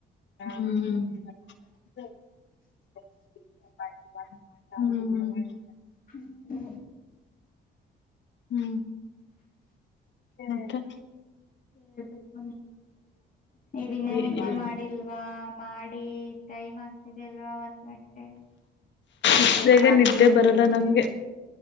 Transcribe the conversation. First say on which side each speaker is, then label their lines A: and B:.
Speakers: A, on the left (about 65°); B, on the left (about 45°).
A: <unintelligible> ಹೂ <unintelligible>
B: ಹೂ
A: ಹೂ ಮತ್ತೆ
B: ಹೇಳಬೇಕು ನೀವೇ <inaudible> ಎನ್ನ
A: ಏನಿಲ್ಲ
B: ನಿದ್ದೆ ಮಾಡಿಲ್ವಾ ಮಾಡಿ ಟೈಮ್ ಆಗ್ತಿದೆ ಅಲ್ವಾ ಒಂದು ಗಂಟೆ ಕಾಲಿ <unintelligible>
A: ಇಷ್ಟು ಬೇಗ ನಿದ್ದೆ ಬರದ ನಮ್ಗೆ